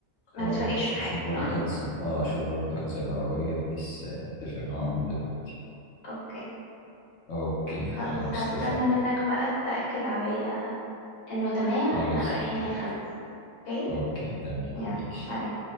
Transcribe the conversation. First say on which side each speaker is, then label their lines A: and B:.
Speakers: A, on the left; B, on the left.
A: خلاص
B: ما نتفاجئش بحاجة
A: أشوف برضه
B: <laughs>
A: حجز آه أشوف برضه حجز العربية بحيث آه، أتفق معاهم من دلوقتي
B: اوكي
A: أوكي
B: خلاص
A: خلاص
B: هستنى
A: اتفقنا
B: منك بقى تأكد عليا انه تمام
A: خلاص
B: احنا رايحين
A: أوكي
B: الخميس اوكي
A: أوكي تمام
B: يلا
A: ماشي
B: سلام